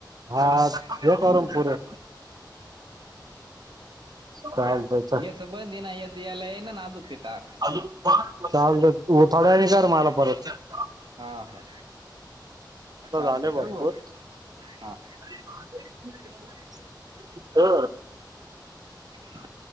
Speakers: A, on the right (about 55°); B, on the right (about 80°).
A: हा
B: हम्म.
A: घे करून पुरं. कायद्याचा
B: हा बंदये ना याचं, याला येईना अजून ते टाक.
A: चाल थोड्या येळाने कर मला परत. आता
B: हा हा चालतं
A: झाले
B: ठेऊ
A: भरपूर
B: ग भाऊ?
A: <inaudible>
B: हा.